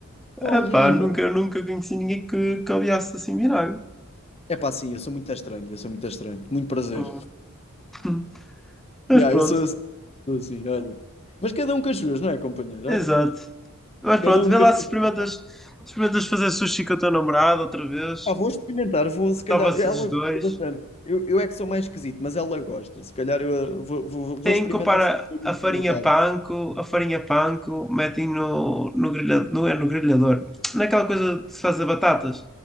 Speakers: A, in the centre; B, on the left.
A: Epá,
B: Horrível.
A: nunca, nunca conheci ninguém que, que odiasse assim vinagre.
B: É pá, sim, eu sou muito estranho, eu sou muito estranho. Muito prazer.
A: Oh. <laughs> Mas
B: Yeah,
A: pronto,
B: eu sou assim, sou assim, olha. Mas cada um com as suas, não é, companheiro?
A: exato.
B: Olha,
A: Mas pronto,
B: cada um
A: vê
B: com
A: lá
B: as
A: se
B: suas.
A: experimentas, experimentas fazer sushi com a tua namorada outra vez.
B: Pá, vou experimentar, vou se
A: Se estava-se
B: calhar. Ela
A: os dois.
B: gosta bastante. Eu, eu é que sou mais esquisito, mas ela gosta. Se calhar eu eh, vou, vou, vou
A: Tem
B: experimentar
A: que comprar
B: fazer experimentado.
A: a farinha panko, a farinha panko, metem no, no grelhador, não é no grelhador, naquela coisa de se fazer batatas,